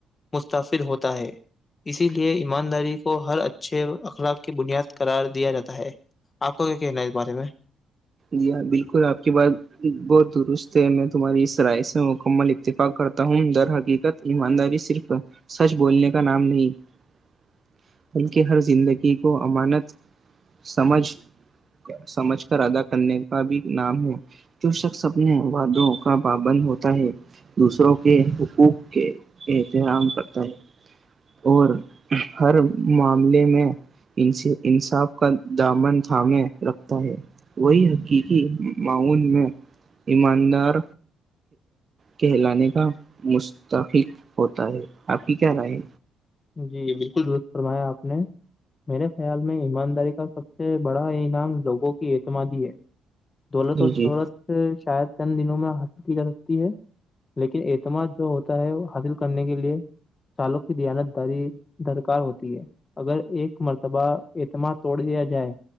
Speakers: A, on the left (about 35°); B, on the right (about 45°).
A: مستفد ہوتا ہے اسی لیے ایمانداری کو ہر اچھے اخلاق کی بنیاد قرار دیا جاتا ہے <unintelligible> آ کو کیا کہنا ہے اس بارے میں <unintelligible>
B: جی ہاں بالکل آپ کی بات بہت درست ہے میں تمہاری اس رائے سے مکمل اتفاق کرتا ہوں در حقیق ایمانداری صرف سچ بولنے کا نام نہیں <unintelligible> بلکہ ہر زندگی کو امانت سمجھ سمجھ کر ادا کرنے کا بھی نام ہے جو شخص اپنے وادوں کا بابند ہوتا ہے دوسروں کے حقوق کے احترام کرتا ہے اور ہر معاملے میں انصاف کا دامن تھامے رکھتا ہے وہی حقیقی معاون میں ایماندار کہلانے کا مستقق ہوتا ہے آپ کی کیا رائے
A: جی بالکل دست فرمایا آپ نے میرے خیال میں ایمانداری کا سب سے بڑا انعام لوگوں کی اعتمادی ہے دولت
B: جی
A: و
B: جی
A: شہرت شاید چند دنوں میں حاصل کی جا سکتی ہے لیکن اعتماد جو ہوتا ہے وہ حاصل کرنے کے لیے سالوں کی زانت درکار ہوتی ہے اگر ایک مرتبہ اعتماد توڑ دیا جائے